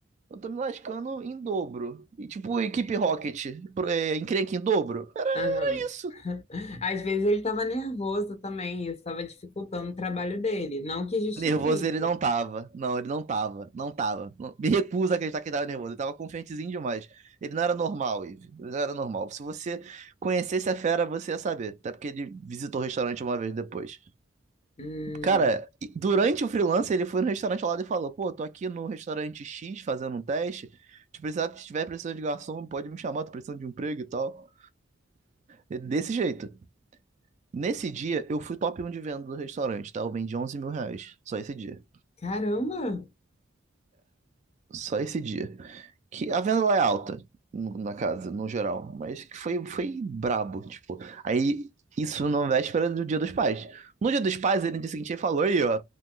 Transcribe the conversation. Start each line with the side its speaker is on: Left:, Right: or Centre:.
Right: Eu tô me lascando em dobro. E tipo, equipe Rocket, pro- é, encrenca em dobro.
Left: Aham.
Right: É isso.
Left: <laughs> Às vezes ele estava nervoso também, isso estava dificultando o trabalho dele. Não que justifique.
Right: Nervoso ele não tava. Não, ele não tava. Não tava. Não- Me recuso a acreditar que ele tava nervoso. Ele tava confiantezinho demais. Ele não era normal, Ive. Ele não era normal. Se você conhecesse a fera, você ia saber. Até porque ele visitou o restaurante uma vez depois.
Left: Hum,
Right: Cara, e durante o freelance, ele foi no restaurante ao lado e falou: Pô, tô aqui no restaurante X fazendo um teste. Se precisar, se tiver precisando de garçom, pode me chamar, tô precisando de um emprego e tal. E Desse jeito. Nesse dia, eu fui top um de venda do restaurante, tá? Eu vendi 11 mil reais. Só esse dia.
Left: caramba!
Right: Só esse dia. que a venda lá é alta no- na casa, no geral, mas que foi, foi brabo, tipo. Aí, isso na véspera do Dia dos Pais. No Dia dos Pais, ele no dia seguinte ele falou aí, ó,